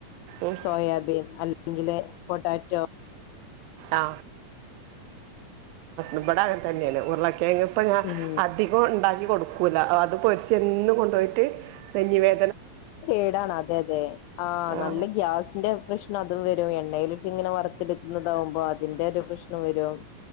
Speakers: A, on the right (about 85°); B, on the left (about 85°).
A: ഉം
B: സോയാബീൻ അല്ലെങ്കില് പൊട്ടാറ്റോ
A: ആ ഇവിടെ അങ്ങൻതന്നെയാണ് ഉരുള ങ്‌ ഇപ്പ ഞാൻ
B: ഉം
A: അധികം ഉണ്ടാക്കി കൊടുക്കും പൂല അത് പൊരിച്ചെന്നു കൊണ്ടോയിട്ട് നെഞ്ചിവേ
B: കേടാണ് അതേ അതെ ആ
A: ആഹ്
B: നല്ല ഗ്യാസിന്റെ പ്രശ്നം തും വരും എണ്ണയിലിട്ട് ഇങ്ങനെ വറുത്തെടുക്കുന്നത് ണ്ടാവുമ്പോ അതിന്റെ ഒരു പ്രശ്നോം വരും